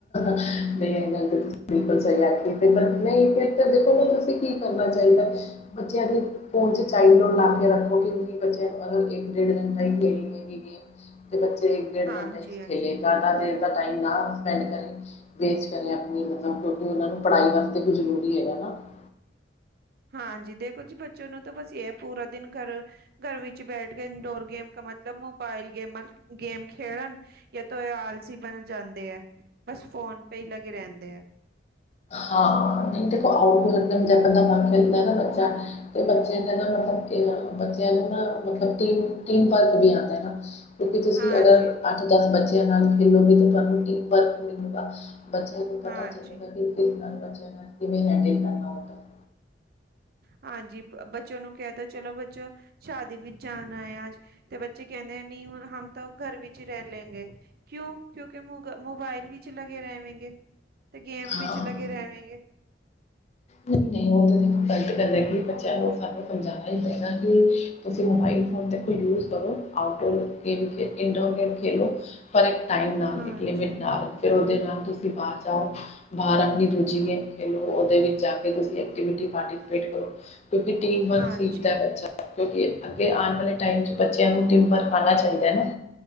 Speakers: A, on the left; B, on the right.
A: ਨਹੀਂ ਇਹ ਗੱਲ ਤੇ ਤੁਸੀਂ ਬਿਲਕੁਲ ਸਹੀ ਆਖੀ ਨਹੀਂ <unintelligible> <inaudible> ਫ਼ਿਰ ਦੇਖੋ ਨਾ ਤੁਸੀਂ ਕੀ ਕਰਨਾ ਚਾਹੀਦਾ ਹੈ ਬੱਚਿਆਂ ਦੀ ਫੋਨ ਚ ਚਾਈਲਡ ਲੋਕ ਲਾ ਕੇ ਰੱਖੋ ਕਿ ਨਹੀਂ ਬੱਚਿਆਂ ਨੂੰ ਅਗਰ ਇੱਕ ਡੇਢ ਘੰਟਾ ਹੀ ਖ਼ੇਲ ਗੇਮ ਤੇ ਬੱਚੇ ਇੱਕ ਡੇਢ
B: ਹਾਂਜੀ
A: ਘੰਟਾ ਹੀ
B: ਹਾਂਜੀ
A: ਖੇਲੇ ਜ਼ਿਆਦਾ ਦੇਰ ਦਾ ਟਾਈਮ <unintelligible> ਨਾ ਸਪੈਂਡ ਕਰਨ ਵੇਸਟ ਕਰੇ ਆਪਣੀ ਮਤਲਬ ਕਿਉਂਕਿ ਉਹਨਾਂ ਨੂੰ ਪੜ੍ਹਾਈ ਵਾਸਤੇ ਵੀ ਜ਼ਰੂਰੀ ਹੈਗਾ ਐ ਨਾ <unintelligible>
B: ਹਾਂਜੀ ਦੇਖੋ ਜੀ ਬੱਚੇ ਨੂੰ ਤਾਂ ਬਸ ਇਹ ਹੈ ਪੂਰਾ ਦਿਨ ਘਰ ਗਰ ਵਿੱਚ ਬੈਠ ਕੇ ਇੰਡੋਰ ਗੇ਼ਮ ਕਾ ਮਤਲਬ ਮੋਬਾਇਲ ਗੇਮਾਂ ਗੇਮ ਖੇਡਨ। ਯਾ ਤੋ ਇਹ ਆਲਸੀ ਬਣ ਜਾਂਦੇ ਐ ਬਸ ਫੋਨ ਪੇ ਈ ਲਗੇ ਰਹਿੰਦੇ ਐ।
A: ਹਾਂ ਨਹੀਂਖ ਆਊਡੋਰ ਬੰਦਾ ਬ ਖਦਾ <inaudible> ਤੇ ਬੱਚੇ ਨੇ ਨਾ ਮਤਲਬ ਕਿ ਬੱਚਿਆਂ ਨੂੰ ਨਾ ਟੀਮ ਵਰਕ ਵੀ ਆਉਂਦਾ ਐ ਨਾ ਕਿਉਕਿ ਤੁਸੀਂ
B: ਹਾਂਜੀ
A: ਅਗਰ ਦਸ ਬੱਚਿਆਂ ਨਾਲ ਖੇਲੋਗੇ ਤੇ ਤੁਹਾਨੂੰ ਟੀਮ ਵਰਕ ਮਿਲੁਗਾ ਬੱਚਿਆਂ ਨੂੰ ਪਤਾ
B: ਹਾਂਜੀ
A: ਚਲੇਗਾ ਨਾਲ ਬਵੇਜ ਹੈਡਲ ਕਰਨਾ <inaudible>
B: ਹਾਂਜੀ ਬਚਿਆ ਨੂੰ ਕਹਿ ਦੋ ਚਲੋ ਬੱਚੋ ਸ਼ਾਦੀ ਵਿੱਚ ਜਾਣਾਏ ਅੱਜ ਤੇ ਬੱਚੇ ਕਹਿੰਦੇ ਨਹੀਂ ਹੁ ਹਮ ਤਾਂ ਘਰ ਵਿੱਚ ਹੀ ਰਹਿ ਲੈਂਗੇ। ਕਿਉਂ ਕਿਉਂਕਿ ਮੋਗ ਮੋਬਾਇਲ ਵਿੱਚ ਲਗੇ ਰਹਿਵੇਂਗੇ ਤੇ ਗੇਮ
A: ਹਾਂ।
B: ਵਿਚ ਲਗੇ ਰਹਿਵੇਂਗੇ।
A: ਨਹੀਂ ਨਹੀਂ ਉਹ ਤਾਂ ਦੇਖੋ ਗਲਤ ਗੱਲ ਹੈ ਕਿ ਬੱਚਿਆਂ ਨੂੰ ਸਾਨੂੰ ਸਮਝਾਨਾ ਹੀ ਪੈਣਾ ਹੈ ਕਿ ਤੁਸੀਂ ਮੋਬਾਈਲ ਫ਼ੋਨ ਦਦੇਖੋ ਯੂਜ ਕਰੋ ਆਊਟਡੋਰ ਗੇਮ ਖੇ ਇਨਡੋਰ ਗੇਮ ਖੇਲੋ ਪਰ ਇੱਕ ਟਾਈਮ ਨਾਲ
B: ਹਾਂਜੀ
A: ਇੱਕ ਲਿਮਿਟ ਨਾਲ ਫੇਰ ਉਹਦੇ ਨਾਲ ਤੁਸੀਂ ਬਾਹਰ ਜਾਓ ਬਾਹਰ ਆਪਣੀ ਦੂਜੀ ਗੇਮ ਖੇਲੋ ਉਹਦੇ ਵਿੱ ਜਾਕੇ ਤੁਸੀਂ ਐਕਟੀਵਿਟੀ ਪਰਤੀਸਪੇਟ ਕਰੋ ਤਲ ਕਿਉਂਕਿ ਟੀਮ
B: ਹਾਂਜੀ
A: ਸੀਖਤਾ ਹੈ ਬਚਾ ਕਿਉਂਕਿ ਅੱਗੇ
B: ਅ-
A: ਆਣ ਵਾਲੇ ਟਾਈਮ ਚ ਬੱਚਿਆਂ ਨੂੰ ਟੀਮ ਵਰਕ ਆਣਾ ਚਾਹੀਦਾ ਹੈ ਨਾ?